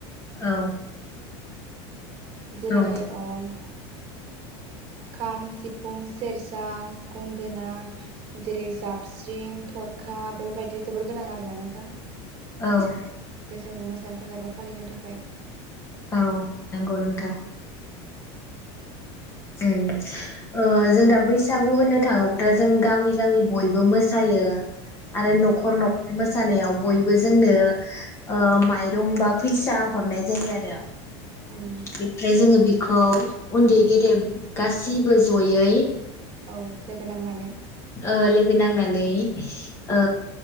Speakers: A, on the left; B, on the right.
A: औ
B: जेरै
A: औ
B: ओम खाम, सिफुं, सेरजा, गंगोना जेरै जाबस्रिं थरखा बेबायदि जोबोर गोनां आरोना नोंथां।
A: औ
B: बैसागु मोसानो थाखाय बा फालिनो थाखाय।
A: औ नंगौ नोंथां।
B: औ
A: जों ओ जों दा बैसागु होननो थाङोब्ला जों गामि गामि बयबो मोसायो। आरो न'खर न'खर मो सानायाव बयबो जोंनो ओ माइरं बा फैसा हरनाय जायो आरो।
B: उम
A: बेनिफ्राय जोङो बि खौ उन्दै गेदेर गासिबो जयै
B: औ लोगो नांनानै
A: ओ लोगोनांनानै ओ